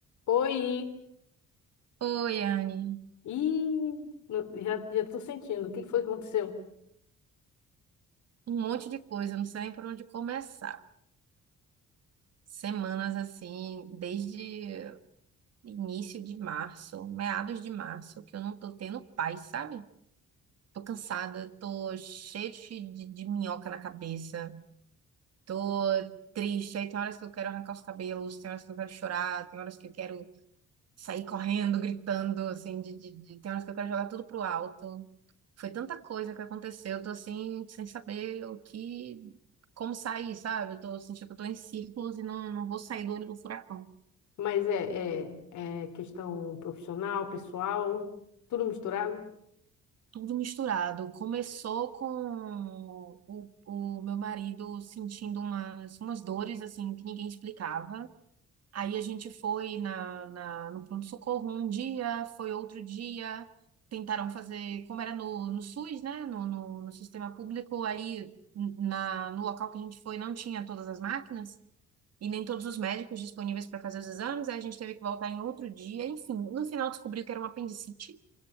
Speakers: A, on the left (about 75°); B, on the right (about 55°).
A: Oi!
B: Oi, Anne.
A: Ih, no- já, já tô sentindo. O que que foi que aconteceu?
B: Um monte de coisa, não sei nem por onde começar. Semanas assim, desde início de março, meados de março, que eu não tô tendo paz, sabe? Tô cansada, tô cheia de, de, de minhoca na cabeça, tô triste. Aí tem horas que eu quero arrancar os cabelos, tem horas que eu quero chorar, tem horas que eu quero sair correndo, gritando, assim, de, de, de- tem horas que eu quero jogar tudo pro alto. Foi tanta coisa que aconteceu, eu tô assim, sem saber o que, como sair, sabe? Eu tô sentindo que eu tô em círculos e não, não vou sair do olho do furacão.
A: Mas é, é, é questão profissional, pessoal, tudo misturado?
B: Tudo misturado. Começou com o, o meu marido sentindo umas, umas dores, assim, que ninguém explicava. Aí a gente foi na, na, no pronto-socorro um dia, foi outro dia. Tentaram fazer, como era no, no SUS, né? No, no, no sistema público, aí na, no local que a gente foi não tinha todas as máquinas. e nem todos os médicos disponíveis para fazer os exames, aí a gente teve que voltar em outro dia, enfim, no final descobriu que era uma apendicite.